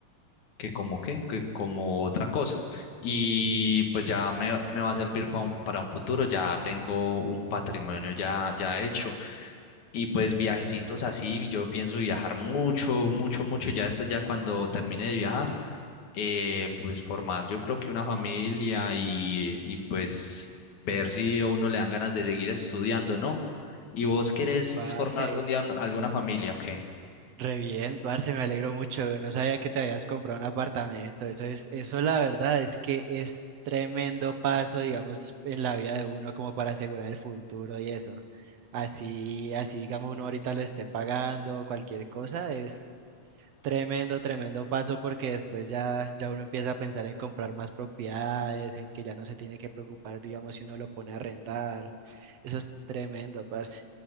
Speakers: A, on the left (about 60°); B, on the right (about 60°).
A: que como qué, que como otra cosa. Y pues ya me, me va a servir pa un- para un futuro, ya tengo un patrimonio ya, ya hecho. Y pues viajecitos así, yo pienso viajar mucho, mucho, mucho, ya después ya cuando termine de viajar, eh, pues formar yo creo que una familia y, y pues ver si a uno le dan ganas de seguir estudiando, ¿no? ¿Y vos
B: Uh,
A: querés
B: Parce,
A: formar algún día un- alguna familia? Ok.
B: re bien, parce, me alegro mucho. No sabía que te habías comprado un apartamento. Eso es, eso la verdad es que es tremendo paso, digamos, en la vida de uno como para asegurar el futuro y eso. Así, así digamos uno ahorita lo esté pagando, cualquier cosa, es Tremendo, tremendo paso porque después ya, ya uno empieza a pensar en comprar más propiedades, en que ya no se tiene que preocupar, digamos, si uno lo pone a arrendar. Eso es tremendo, parce.